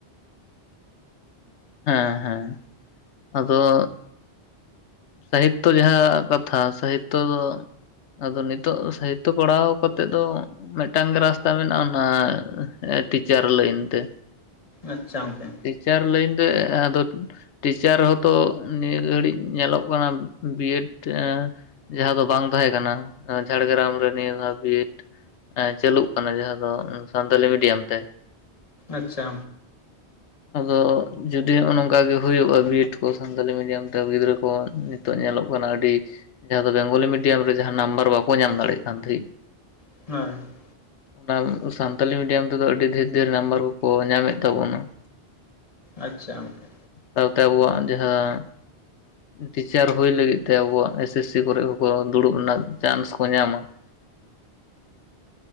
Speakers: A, on the left; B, on the left.
A: ᱦᱮ ᱦᱮ ᱟᱫᱚ ᱥᱟᱦᱤᱛᱛᱚ ᱡᱟᱦᱟᱸ ᱠᱟᱛᱷᱟ ᱥᱟᱦᱤᱛᱛᱚ ᱫᱚ ᱟᱫᱚ ᱱᱤᱛᱚᱜ ᱥᱟᱦᱤᱛᱛᱚ ᱯᱟᱲᱦᱟᱣ ᱠᱟᱛᱮᱜ ᱫᱚ ᱢᱤᱫᱴᱟᱝ ᱜᱮ ᱨᱟᱥᱛᱟ ᱢᱮᱱᱟᱜᱼᱟ ᱚᱱᱟ ᱴᱤᱪᱟᱨ ᱞᱟᱹᱭᱤᱱ ᱛᱮ
B: ᱟᱪᱪᱷᱟ ᱜᱚᱝᱠᱮ
A: ᱴᱤᱪᱟᱨ ᱞᱟᱹᱭᱤᱱ ᱨᱮ ᱟᱫᱚ ᱴᱤᱪᱟᱨ ᱦᱚᱸᱛᱚ ᱱᱤᱭᱟᱹ ᱜᱷᱟᱹᱲᱤᱡ ᱧᱮᱞᱚᱜ ᱠᱟᱱᱟ ᱵᱤᱭᱮᱰ ᱡᱟᱦᱟᱸ ᱫᱚ ᱵᱟᱝ ᱛᱟᱦᱮᱸ ᱠᱟᱱᱟ ᱾ ᱡᱷᱟᱲᱜᱨᱟᱢ ᱨᱮ ᱱᱤᱭᱟᱹ ᱫᱷᱟᱣ ᱵᱤ ᱮᱵ ᱪᱟᱹᱞᱩᱜ ᱠᱟᱱᱟ ᱡᱟᱦᱟᱸ ᱫᱚ ᱥᱟᱱᱛᱟᱞᱤ ᱢᱤᱰᱤᱭᱟᱢ ᱛᱮ
B: ᱟᱪᱪᱷᱟ
A: ᱟᱫᱚ ᱡᱩᱫᱤ ᱱᱚᱜᱼᱚ ᱱᱚᱝᱠᱟ ᱜᱮ ᱦᱩᱭᱩᱜᱼᱟ ᱵᱤ ᱮᱰ ᱠᱚ ᱥᱟᱱᱛᱟᱞᱤ ᱢᱤᱰᱤᱭᱟᱢ ᱛᱮ ᱜᱤᱫᱽᱨᱟᱹ ᱠᱚ ᱠᱚ ᱱᱤᱛᱚᱜ ᱧᱮᱞᱚᱜ ᱠᱟᱱᱟ ᱟᱹᱰᱤ ᱡᱟᱦᱟᱸ ᱫᱚ ᱵᱮᱝᱜᱚᱞᱤ ᱢᱤᱰᱤᱭᱟᱢ ᱨᱮ ᱡᱟᱦᱟᱸ ᱱᱟᱢᱵᱟᱨ ᱵᱟᱠᱚ ᱧᱟᱢ ᱫᱟᱲᱮᱭᱟᱜ ᱠᱟᱱ ᱛᱟᱦᱮᱸᱫ
B: <unintelligible>
A: ᱚᱱᱟ ᱥᱟᱱᱛᱟᱞᱤ ᱢᱤᱰᱤᱭᱟᱢ ᱛᱮᱫᱚ ᱟᱹᱰᱤ ᱫᱷᱮᱨ ᱫᱷᱮᱨ ᱱᱟᱢᱵᱟᱨ ᱠᱚ ᱠᱚ ᱧᱟᱢᱮᱫ ᱛᱟᱵᱚᱱᱟ ᱾ <inaudible>
B: ᱟᱪᱪᱷᱟ ᱜᱚᱝᱠᱮ
A: ᱥᱟᱶᱛᱮ ᱟᱵᱚᱣᱟᱜ ᱡᱟᱦᱟᱸ ᱴᱤᱪᱟᱨ ᱦᱩᱭ ᱞᱟᱹᱜᱤᱫ ᱛᱮ ᱟᱵᱚᱣᱟᱜ ᱮᱥ ᱮᱥ ᱥᱤ ᱠᱚᱨᱮ ᱦᱚᱸᱠᱚ ᱫᱩᱲᱩᱵ ᱨᱮᱱᱟᱜ ᱪᱟᱱᱥ ᱠᱚ ᱧᱟᱢᱟ <inaudible>